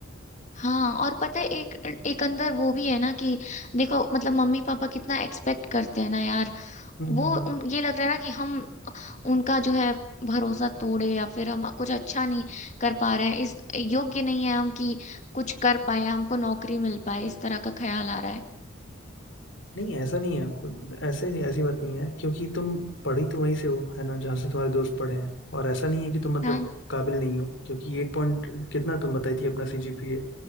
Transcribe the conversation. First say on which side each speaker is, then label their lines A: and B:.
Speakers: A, on the left; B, on the left.
A: हाँ और पता है एक एक अंदर वो भी है ना कि देखो मतलब मम्मी पापा कितना एक्सपेक्ट करते हैं ना यार
B: हम्म हम्म,
A: वो
B: हम्म।
A: उन ये लग रहा है ना कि हम उनका जो है भरोसा तोड़े या फिर हम कुछ अच्छा नहीं कर पा रहे हैं इस योग्य नहीं है हम कि कुछ कर पाए हमको नौकरी मिल पाए इस तरह का ख्याल आ रहा है
B: नहीं ऐसा नहीं है खुद ऐसे ऐसी बात नहीं है क्योंकि तुम पढ़ी तो वहीं से हो है ना जहाँ से तुम्हारे दोस्त पढ़े हैं और ऐसा नहीं है कि तुम मतलब
A: हाँ
B: काबिल नहीं हो क्योंकि एट पॉइंट कितना तुम बताई थी अपना सीजीपीए